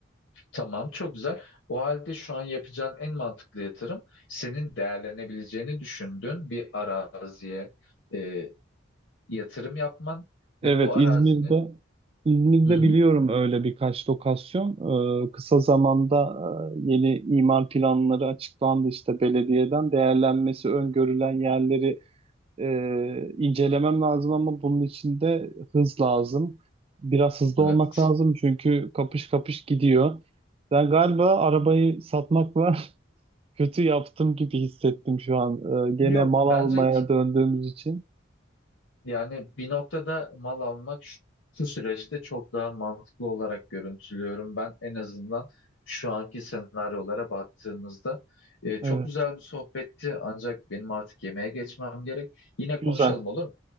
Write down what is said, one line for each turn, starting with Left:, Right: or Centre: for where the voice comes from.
Left: Tamam, çok güzel. O halde şu an yapacağın en mantıklı yatırım senin değerlenebileceğini düşündüğün bir araziye, e, yatırım yapman
Right: Evet
Left: ve bu arazinin
Right: İzmir'de İzmir'de
Left: Hı hı.
Right: biliyorum öyle birkaç lokasyon. Ee, kısa zamanda e, yeni imar planları açıklandı işte belediyeden değerlenmesi öngörülen yerleri e, incelemem lazım ama bunun için de hız lazım. Biraz hızlı
Left: Evet.
Right: olmak lazım çünkü kapış kapış gidiyor. Ben galiba arabayı satmakla <laughs> kötü yaptım gibi hissettim şu an. E, gene
Left: Yok
Right: mal
Left: bence
Right: almaya
Left: ki-
Right: döndüğümüz için.
Left: yani bir noktada mal almak şu şu süreçte çok daha mantıklı olarak görüntülüyorum. Ben en azından şu anki senaryolara baktığımızda E,
Right: Evet,
Left: çok güzel bir sohbetti ancak benim artık yemeğe geçmem gerek. Yine
Right: güzel.
Left: konuşalım olur mu?